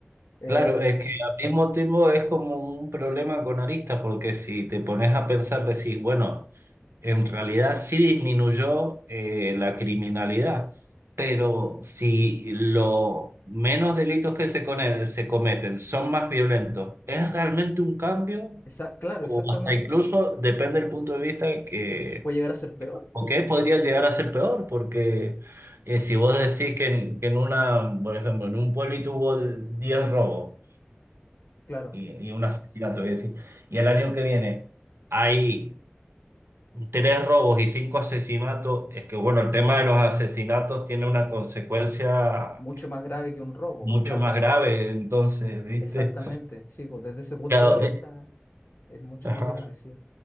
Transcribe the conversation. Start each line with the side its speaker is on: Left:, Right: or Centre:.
Left: eh,
Right: Claro, es que al mismo tiempo es como un problema con aristas, porque si te pones a pensar, decís, bueno. En realidad sí disminuyó eh, la criminalidad, pero si los menos delitos que se, cone- se cometen son más violentos, ¿es realmente un cambio?
Left: Esa- claro,
Right: O
Left: exactamente.
Right: hasta incluso, depende del punto de vista que,
Left: Puede llegar a ser peor, pues
Right: o que
Left: sí,
Right: podría llegar a ser peor, porque eh, si vos decís que en, que en una, por ejemplo, en un pueblito hubo 10 robos
Left: claro.
Right: y, y un asesinato, voy a decir, y el año que viene hay Tres robos y cinco asesinatos. Es que, bueno, el tema de los asesinatos tiene una consecuencia
Left: Mucho más grave que un robo,
Right: mucho
Left: claro.
Right: más grave, entonces, ¿viste?
Left: Exactamente, sí, pues desde ese punto
Right: Cada-
Left: de vista
Right: eh,
Left: es mucho
Right: ajá.
Left: más grave, sí.